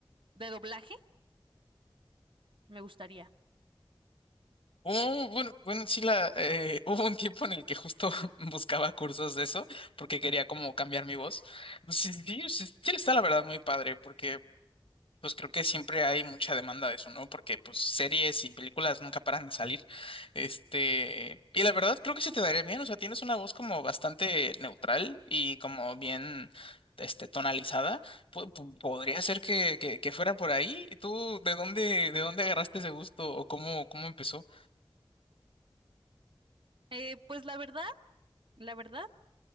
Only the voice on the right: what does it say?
de doblaje, me gustaría.
Eh, pues la verdad, la verdad,